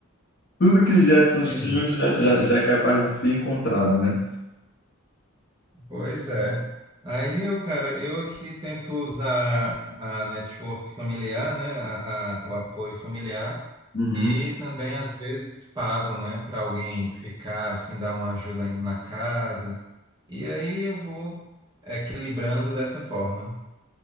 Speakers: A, on the left (about 45°); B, on the right (about 20°).
A: tudo que Jetson
B: exatamente.
A: tinha já, já, já é capaz de ser encontrado, né?
B: Pois é. Aí eu, cara, eu aqui tento usar a network familiar, né? a- a- o apoio familiar.
A: Uhum.
B: E também, às vezes, pago, né? Para alguém ficar, assim, dar uma ajuda na casa. E aí eu vou equilibrando dessa forma,